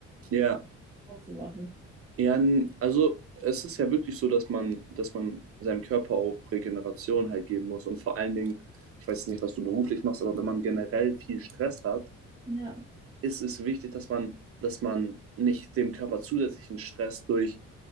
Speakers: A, on the right; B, on the right.
A: ja,
B: Sport zu machen.
A: ja. n- Also es ist ja wirklich so, dass man, dass man seinem Körper auch Regeneration halt geben muss. Und vor allen Dingen, ich weiß nicht, was du beruflich machst, aber wenn man generell viel Stress hat,
B: Ja,
A: ist es wichtig, dass man, dass man nicht dem Körper zusätzlichen Stress durch